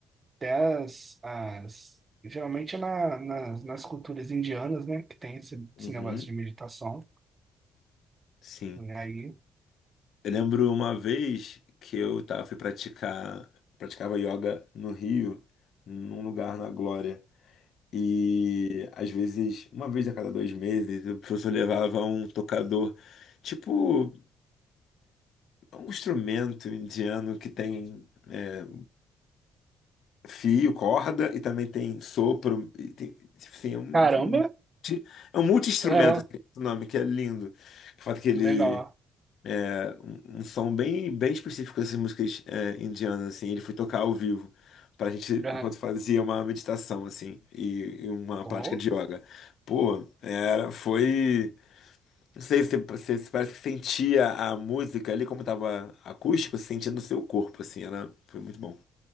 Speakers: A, on the right (about 35°); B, on the left (about 65°).
A: até as, as geralmente na, nas, nas culturas indianas, né, que tem esse,
B: Uhum,
A: esse negócio de meditação,
B: sim.
A: e aí,
B: Eu lembro uma vez que eu tava, fui praticar, praticava yoga no Rio, num lugar na Glória. E às vezes, uma vez a cada dois meses, o professor levava um tocador, tipo um instrumento indiano que tem é, fio, corda e também tem sopro. E tem, tipo assim, é um,
A: caramba,
B: um, é um multi-instrumento,
A: é,
B: assim, é o nome, que é lindo. O fato é que ele.
A: legal.
B: é, um, um som bem, bem específico dessas músicas é, indianas, assim, ele foi tocar ao vivo. Pra gente,
A: Aham.
B: enquanto fazia uma meditação, assim, e, e uma
A: Pô,
B: prática de yoga. Pô, era, foi. Não sei se você se parece que sentia a música ali, como tava acústico, você sentia no seu corpo, assim, era, foi muito bom.